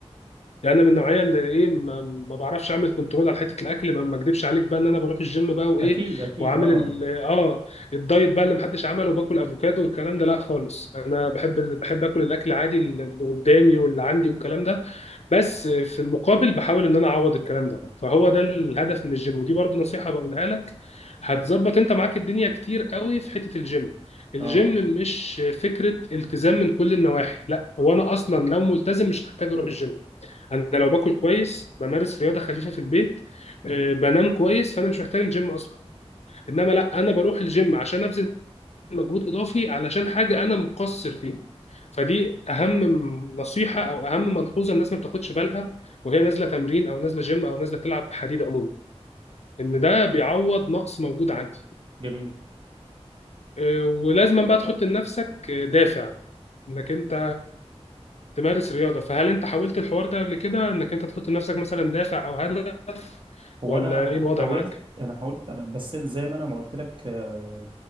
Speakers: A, on the left; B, on the right.
A: يعني انا من النوعيه اللي ايه ما, ما بعرفش اعمل كنترول على حته الاكل ما ما اكدبش عليك بقى ان انا بروح الجيم بقى وايه
B: اكيد اكيد
A: وعامل
B: اه
A: ال- اه الدايت بقى اللي محدش عمله وباكل افوكادو والكلام ده لا خالص انا بحب ال- بحب اكل الاكل عادي اللي قدامي واللي عندي والكلام ده بس في المقابل بحاول ان انا اعوض الكلام ده فهو ده الهدف من الجيم ودي برضو نصيحه بقولها لك هتظبط انت معاك الدنيا كتير قوي في حته الجيم الجيم
B: اه
A: مش فكره التزام من كل النواحي لا هو انا اصلا لو ملتزم مش هحتاج اروح الجيم انا لو باكل كويس بمارس رياضه خفيفه في البيت آه، بنام كويس فانا مش محتاج الجيم اصلا انما لا انا بروح الجيم عشان ابذل مجهود اضافي علشان حاجه انا مقصر فيها فدي اهم نصيحه او اهم ملحوظه الناس ما بتاخدش بالها وهي نازله تمرين او نازله جيم او نازله تلعب حديد عموما ان ده بيعوض نقص موجود عندي
B: جميل
A: آه، ولازما بقى تحط لنفسك آه، دافع انك انت تمارس رياضه فهل انت حاولت الحوار ده قبل كده انك انت تحط لنفسك مثلا دافع او هدف
B: هو
A: ولا
B: انا
A: ايه الوضع
B: حاولت
A: معاك؟
B: انا حاولت انا بس زي ما انا ما قلت لك آه،